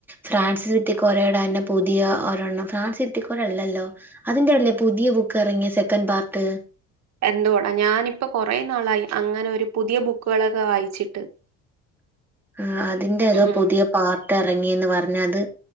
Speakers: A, in the centre; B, on the right.
A: ഫ്രാൻസ് സിറ്റിക്കോരയുടെ ന്നെ പുതിയ ഒരെോണ്ണം. ഫ്രാൻസ് സിറ്റിക്കോര അല്ലല്ലോ. അതിന്റെയല്ലേ പുതിയ ബുക്ക് എറങ്ങിയെ, സെക്കൻഡ് പാർട്ട്.
B: എന്തുവടാ, ഞാനിപ്പൊ കൊറെേ നാളായി അങ്ങനെ ഒരു പുതിയ ബുക്കുകളൊക്കെ വായിച്ചിട്ട്.
A: ആഹ്, അതിന്റെേതോ
B: ഉം
A: പുതിയ പാർട്ട് എറങ്ങിന്ന് പറഞ്ഞു. അത്